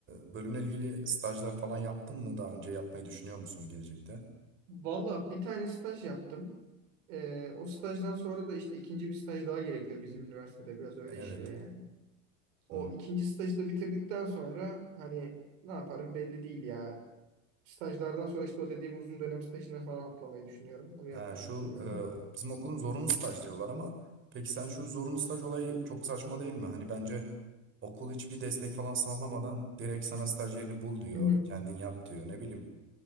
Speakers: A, on the right; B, on the right.
A: e, bölümle ilgili stajlar falan yaptın mı? Daha önce yapmayı düşünüyor musun gelecekte?
B: Valla bir tane staj yaptım. Ee, o stajdan sonra da işte ikinci bir staj daha gerekiyor bizim üniversitede. Biraz öyle
A: Evet.
B: işliyor yani. O
A: Hı.
B: ikinci stajı da bitirdikten sonra hani ne yaparım belli değil ya. Stajlardan sonra işte o dediğim uzun dönem stajına falan atlamayı düşünüyorum. Onu
A: Ha,
B: yapmayı
A: şu
B: düşünüyorum.
A: e, bizim okulun zorunlu staj diyorlar ama peki sen şu zorunlu staj olayı çok saçma değil mi? Hani bence okul hiçbir destek falan sağlamadan direkt sana staj yerini bul diyor.
B: Hı hı.
A: Kendin yap diyor. Ne bileyim.